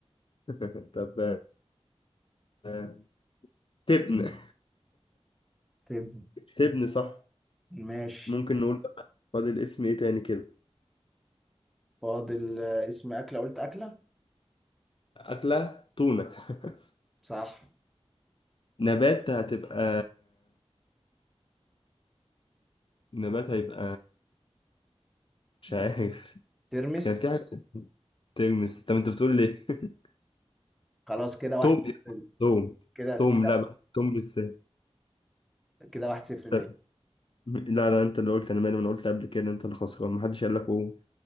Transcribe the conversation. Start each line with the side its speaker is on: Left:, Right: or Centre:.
Left: <laughs> طب آه، تبن
Centre: طب
Left: تبن صح
Centre: ماشي
Left: ممكن نقول بقى فاضل اسم ايه تاني كده
Centre: فاضل آه، اسم أكلة قلت أكلة
Left: أكلة تونة <laughs>
Centre: صح
Left: نبات هتبقى نبات هيبقى مش
Centre: لا.
Left: عارف
Centre: ترمس
Left: كان في حاجة ترمس طب انت بتقول ليه <laughs>
Centre: خلاص كده واحد
Left: توم
Centre: صفر.
Left: توم
Centre: كده
Left: توم لا بقى توم بالسين
Centre: كده واحد صفر ليه
Left: طب لا لا انت اللي قلت انا مالي ما انا قلت قبل كده انت اللي خسران محدش قال لك قوم